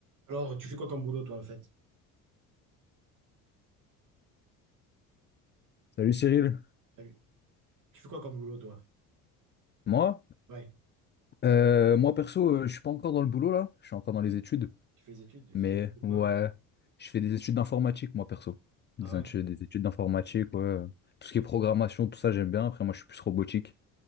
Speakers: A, on the right; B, on the left.
A: Alors, tu fais quoi comme boulot, toi, en fait?
B: Salut Cyril.
A: Salut. Tu fais quoi comme boulot, toi?
B: Moi?
A: Ouais.
B: Euh, moi perso, euh, je suis pas encore dans le boulot là, je suis encore dans
A: Ouais.
B: les études,
A: Tu fais des études? Tu
B: mais
A: fais des études de quoi?
B: ouais, je fais des études d'informatique moi perso. Des,
A: Ah ouais?
B: intu- des études d'informatique, ouais. Tout ce qui est programmation, tout ça j'aime bien. Après moi je suis plus robotique.